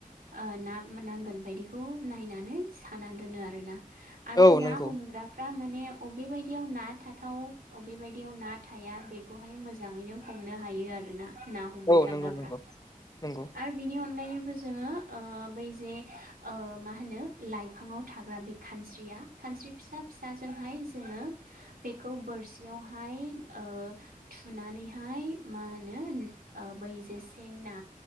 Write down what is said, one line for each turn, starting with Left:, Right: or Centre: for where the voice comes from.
Right: ओ ना नांगोन बायदिखौ नायनानै साना दोनो आरोना। आरो
Left: औ
Right: ना
Left: नंगौ
Right: हमग्राफ्रा माने अबे बायदियाव ना थाथाव अबेबायद याव ना थाया बेखौहाय मोजाङैनो हमनो हायो आरोना। ना हमबाय
Left: औ
Right: थाग्राफ्रा
Left: नंगौ नंगौ नंगौ
Right: आरो बिनि अनगायैबो जोङो ओ बै जे ओ मा होनो लाइफाङाव थाग्रा बे खानस्रिया खानस्रि फिसा फिसाजोंहाय जोङो बेखौ बोरसियावहाय ओ थुनानैहाय मा होनो बै जे सें ना